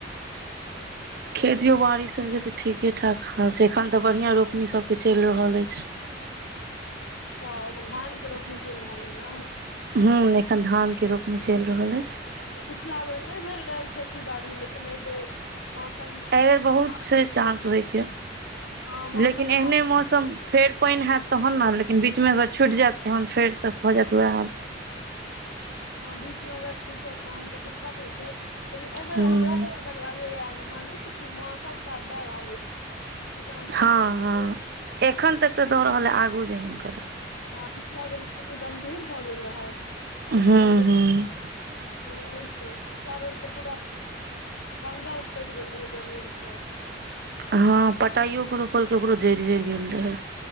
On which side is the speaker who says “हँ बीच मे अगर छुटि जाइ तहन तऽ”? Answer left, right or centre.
Left